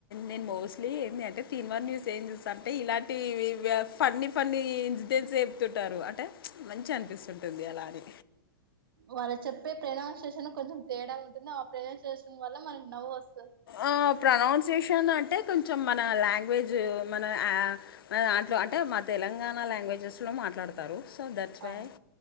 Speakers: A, on the left (about 80°); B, on the right (about 80°).
A: నేను మోస్ట్లీ ఏందీ అంటే తిన్మర్ న్యూస్ ఏం చూస్త అంటే ఇలాంటి ఫన్నీ ఫన్నీ ఇన్సిడెంట్స్ చెప్తుంటారు అంటే మంచిగనిపిస్తుంటుంది అలా అని
B: వాళ్ళు చెప్పే ప్రనౌన్సియేషన్ కొంచెం తేడా ఉంటుంది ఆ ప్రనౌన్సియేషన్ వల్ల మనకి నవ్వొస్
A: ఆ ప్రనౌన్సేషన్ గాన అంటే కొంచెం మన లాంగ్వేజ్ మనఆ అట్లో అంటే మా తెలంగాణ లాంగ్వే వాంగ్వేజెస్లో మాట్లాడుతారు సో దట్స్
B: ఆ
A: వై